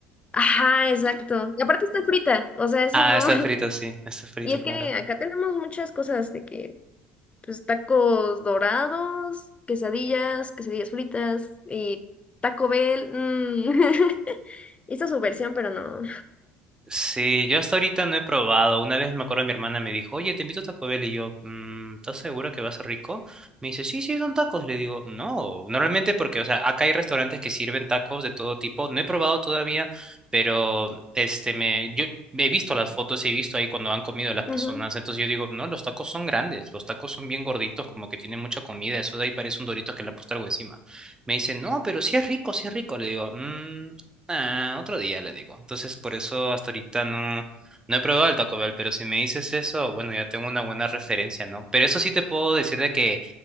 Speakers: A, on the left; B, on the right.
A: Ajá, exacto. Y aparte está frita, o sea, eso
B: Ah,
A: no.
B: está
A: <laughs>
B: frito, sí, está frito,
A: Y es
B: claro.
A: que acá tenemos muchas cosas de que, pues, tacos dorados, quesadillas, quesadillas fritas y Taco Bell. mm. <laughs> Hizo su versión, pero no.
B: Sí, yo hasta ahorita no he probado. Una vez me acuerdo, mi hermana me dijo, oye, te invito a Taco Bell. Y yo, "Mm, ¿estás segura que va a ser rico? Me dice, sí, sí, son tacos. Le digo, no, normalmente porque, o sea, acá hay restaurantes que sirven tacos de todo tipo. No he probado todavía, pero este, me, yo he visto las fotos, he visto ahí cuando han comido las personas.
A: Ujú.
B: Entonces yo digo, no, los tacos son grandes, los tacos son bien gorditos, como que tienen mucha comida. Eso de ahí parece un dorito que le han puesto algo encima. Me dice, no, pero sí es rico, sí es rico. Le digo, "Mm, Ah, otro día le digo. Entonces, por eso hasta ahorita no, no he probado el Taco Bell, pero si me dices eso, bueno, ya tengo una buena referencia, ¿no? Pero eso sí te puedo decir de que